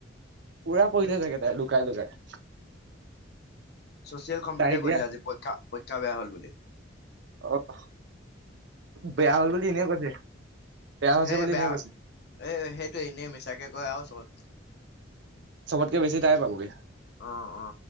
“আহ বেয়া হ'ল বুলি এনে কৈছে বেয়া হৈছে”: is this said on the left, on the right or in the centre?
Right